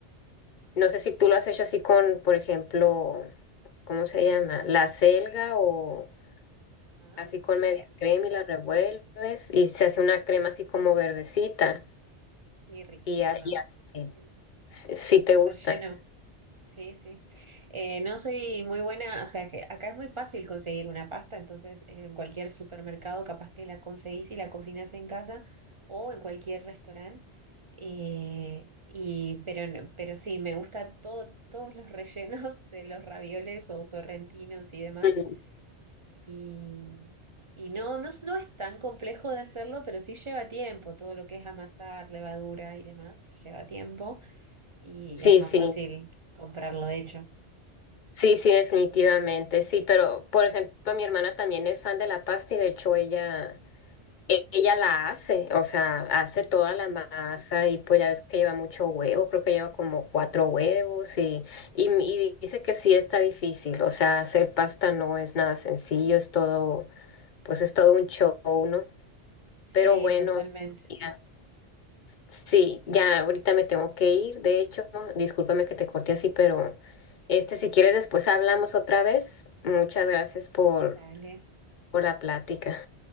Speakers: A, on the left; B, on the right.
A: no sé si tú lo has hecho así con, por ejemplo, ¿cómo se llama? La selga o
B: Ah,
A: así con media
B: la, sí,
A: crema y la revuelves y se hace una crema así como verdecita
B: sí, riquísima.
A: y, a- y así,
B: Sí, sí.
A: si, si te
B: El
A: gusta.
B: relleno. Sí, sí. Eh, no soy muy buena, o sea, que acá es muy fácil conseguir una pasta, entonces eh, en cualquier supermercado capaz que la conseguís y la cocinas en casa o en cualquier restaurante. Eh, y, pero, no- pero sí, me gusta todo, todos los rellenos de los ravioles o sorrentinos y demás.
A: Mm,
B: Y, y no, no, es- no es tan complejo de hacerlo, pero sí lleva tiempo, todo lo que es amasar, levadura y demás, lleva tiempo y
A: Sí,
B: es más
A: sí.
B: fácil comprarlo hecho.
A: Sí, sí, definitivamente, sí, pero por ejemplo, mi hermana también es fan de la pasta y de hecho ella E- Ella la hace, o sea, hace toda
B: Uh,
A: la masa y pues ya ves que lleva mucho huevo, creo que lleva como cuatro huevos y, y,
B: sí,
A: y dice que sí está difícil, o sea, hacer pasta no es nada sencillo, es todo, pues es todo un show, ¿no?
B: Sí,
A: Pero bueno,
B: totalmente.
A: ya, sí, ya ahorita me tengo que ir, de hecho, discúlpame que te corté así, pero este, si quieres después hablamos otra vez, muchas gracias por,
B: Dale.
A: por la plática.